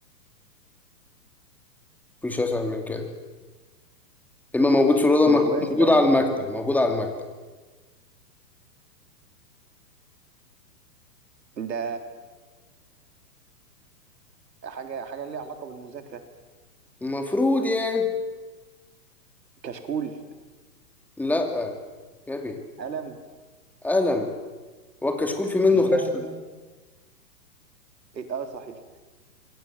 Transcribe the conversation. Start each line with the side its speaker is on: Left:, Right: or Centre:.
Centre: مفيش أسهل من كده إما موجود في الأوضة
Right: برواز
Centre: ما كان موجود
Right: ده
Centre: على
Right: ولا
Centre: المكتب
Right: ايه
Centre: موجود على المكتب
Right: ده حاجه حاجه ليها علاقه بالمذاكره
Centre: المفروض يعني
Right: كشكول
Centre: لا يا بي
Right: قلم
Centre: قلم والكشكول في منه
Right: يا
Centre: خشب
Right: يا إيه، اه صحيح